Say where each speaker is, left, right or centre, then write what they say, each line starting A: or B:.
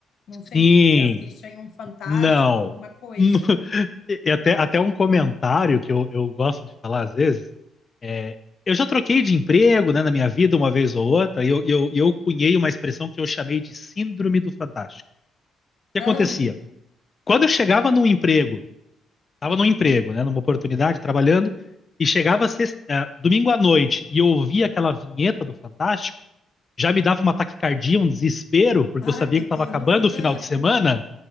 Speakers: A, on the left; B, on the left.
A: não sei
B: Sim.
A: se você assiste aí um Fantástico,
B: Não.
A: alguma coisa.
B: <laughs> E e até, até um comentário que eu, eu gosto de falar às vezes. é, eu já troquei de emprego, né, na minha vida, uma vez ou outra, e eu, e eu, eu cunhei uma expressão que eu chamei de síndrome do fantástico. O que
A: Ah,
B: acontecia?
A: <laughs>
B: Quando eu chegava num emprego, estava num emprego, né, numa oportunidade, trabalhando, e chegava sexta- eh, domingo à noite e eu ouvia aquela vinheta do Fantástico, já me dava uma taquicardia, um desespero, porque
A: ai,
B: eu sabia
A: meu
B: que
A: Deus.
B: estava acabando o
A: Ah,
B: final de semana,